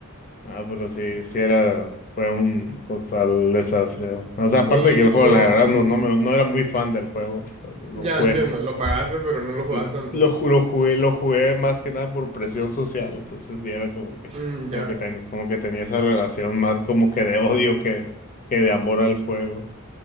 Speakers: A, on the left; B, on the right.
A: Ah, pero sí, sí era, fue un total desastre. o O sea, aparte
B: Sí, y
A: de que el juego,
B: luego...
A: la verdad,
B: mm,
A: no, no, me- no era muy fan del juego. O sea, Lo
B: Ya
A: jugué,
B: entiendo, lo pagaste pero no lo jugaste
A: lo,
B: tanto.
A: lo, ju- lo jugué, lo jugué más que nada por presión social, entonces sí era como que,
B: Mm,
A: como
B: ya.
A: que tenía, como que tenía esa relación más como que de odio que, que de amor al juego.